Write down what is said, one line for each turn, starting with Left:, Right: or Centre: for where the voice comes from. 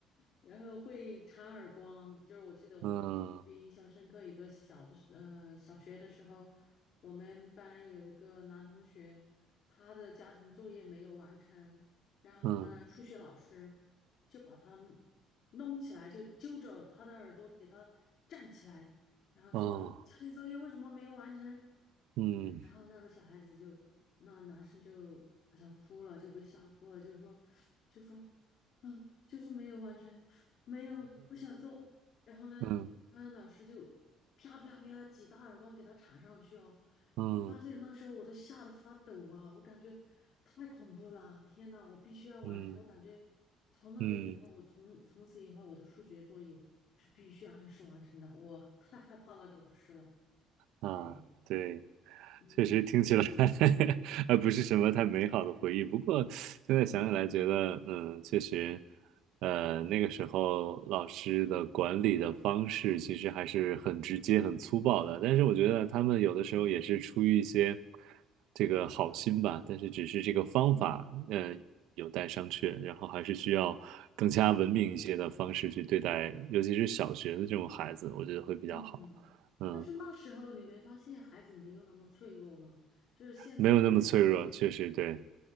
Left: 然后会插耳光，就是我记得我特别印象深刻，
Right: 嗯
Left: 一个小的时呃小学的时候，我们班有一个男同学，他的家庭作业没有完成，然后呢，
Right: 嗯
Left: 数学老师就把他弄起来，就揪着他的耳朵给他站起来，然后说家庭作业为什么没有完成？
Right: 哦，<laughs> 嗯
Left: 然后那个小孩子就，那男生就好像哭了，就被吓哭了，就是说，就说嗯，就是没有完成，没有不想做。然后呢，
Right: 嗯
Left: 嗯，老师就啪啪啪几大耳光给他铲上去哦。
Right: 哦
Left: 我发现那时候我都吓得发抖啊，我感觉太恐怖了，天呐，我必须要完成。
Right: 嗯嗯嗯
Left: 我感觉从那个以后，
Right: 嗯
Left: 我从从此以后我的数学作业是必须按时完成的。我 <laughs> 太害怕那个老师了。
Right: 嗯啊，
Left: 对，
Right: 对。
Left: 嗯
Right: 确实听起来 <laughs> 呃不是什么太美好的回忆，不过现在想起来觉得，
Left: 嗯
Right: 嗯，确实，呃，那个时候老师的管理的方式其实还是很直接、很粗暴的，但是我觉得他们有的时候也是出于一些这个好心吧，但是只是这个方法，
Left: 嗯
Right: 嗯，有待商榷，然后还是需要更加文明一些的方式去对待，尤其是小学的这种孩子，我觉得会比较好，
Left: 嗯。
Right: 嗯，
Left: 但是那时候你没发现孩子没有那么脆弱吗？就是现在的孩子。
Right: 没有那么脆弱，确实对。